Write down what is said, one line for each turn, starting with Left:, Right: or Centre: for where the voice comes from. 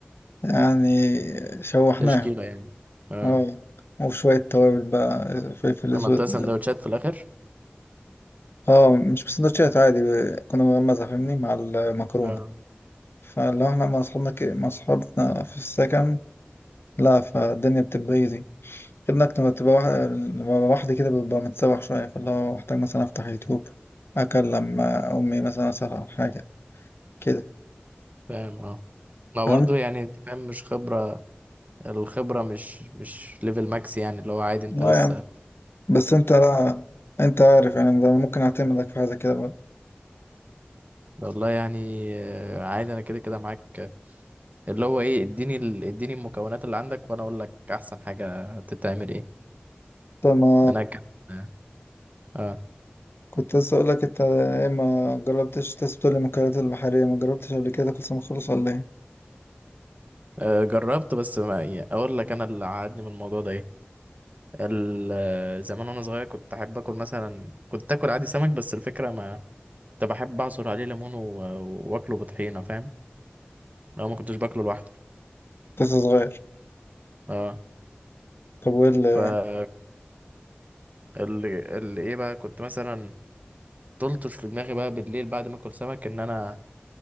Left: يعني شوحناها
Right: تشكيله يعني اه
Left: اه وشوية توابل بقى فلفل
Right: عملتها
Left: أسود
Right: سندوتشات في الاخر
Left: اه مش بسندوتشات عادي كنا بنغمسها فاهمني مع المكرونة
Right: اه
Left: فلو احنا مع اصحابنا ك- مع اصحابنا في السكن لا فالدنيا بتبقى ايزي غير انك لما بتبقى واح- لما ببقى لوحدي كده ببقى متسوح شوية فاللي هو محتاج مثلا افتح يوتيوب اكلم امي مثلا اسألها على حاجة كده
Right: فاهم اه ما
Left: فاهم؟
Right: برضه يعني انت فاهم مش خبرة الخبرة مش مش ليفل ماكس يعني اللي هو عادي انت
Left: اه
Right: لسه
Left: يعني بس انت لا انت عارف يعني ده انا ممكن اعتمدك في حاجة كده بقى
Right: والله يعني آه، عادي انا كده كده معاك اللي هو ايه اديني ال... اديني المكونات اللي عندك وانا اقول لك احسن حاجة تتعمل ايه
Left: انت ما
Right: انا كان <laughs> اه
Left: كنت لسه اقول لك انت ايه ما جربتش تسبح المأكولات البحرية ما جربتش قبل كده كل سنة خالص ولا ايه
Right: آه، جربت بس ما يعني اقول لك انا اللي عادني من الموضوع ده ايه ال... آه، زمان وانا صغير كنت احب اكل مثلا كنت اكل عادي سمك بس الفكرة ما كنت بحب اعصر عليه ليمون و... واكله بطحينة فاهم لو ما كنتش باكله لوحده
Left: كنت لسه صغير
Right: اه
Left: طب وايه اللي
Right: ف ال... ال... ايه بقى كنت مثلا تلطش في دماغي بقى بالليل بعد ما اكل سمك ان انا